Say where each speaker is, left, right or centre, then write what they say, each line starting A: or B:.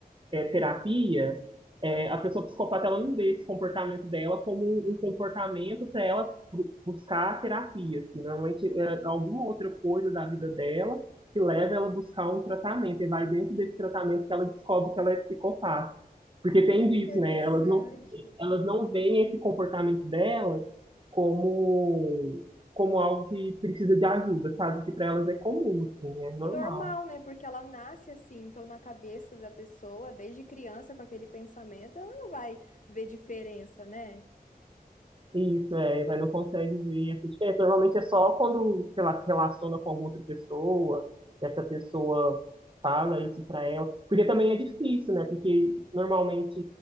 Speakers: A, on the right; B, on the left.
A: é, terapia, é, a pessoa psicopata ela não vê esse comportamento dela como um comportamento para ela bu- buscar terapia, assim, normalmente é alguma outra coisa da vida dela que leva ela a buscar um tratamento, e vai dentro desse tratamento que ela descobre que ela é psicopata. Porque tem
B: É interessante.
A: disso, né? Elas não, elas não veem esse comportamento delas como, como algo que precisa de ajuda, sabe? Que para elas é comum, assim, é normal.
B: Normal, né? Porque ela nasce assim, então na cabeça da pessoa, desde criança com aquele pensamento, ela não vai ver diferença, né?
A: Isso, é, vai, não consegue ver essa diferença. Normalmente é só quando, sei lá, se relaciona com alguma outra pessoa, que essa pessoa fala isso pra ela. Porque também é difícil, né? Porque normalmente